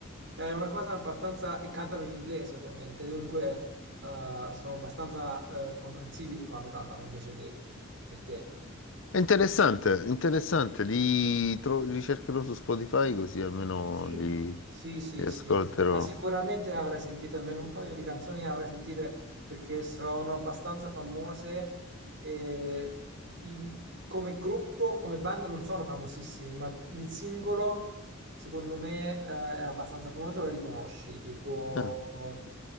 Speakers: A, on the right; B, on the left.
A: è una cosa abbastanza. E cantano in inglese, ovviamente, dunque eh, sono abbastanza eh, comprensibili quando cantano invece di. perché.
B: È interessante, interessante. Li tro- li cercherò su Spotify così almeno
A: Sì,
B: li...
A: sì, sì,
B: Li ascolterò.
A: sì. Ma sicuramente avrai sentito almeno un paio di canzoni, avrai sentite perché sono abbastanza famose e i- come gruppo, come band non sono famosissimi, ma il singolo secondo me eh, è abbastanza famoso, lo riconosci, tipo,
B: Ah.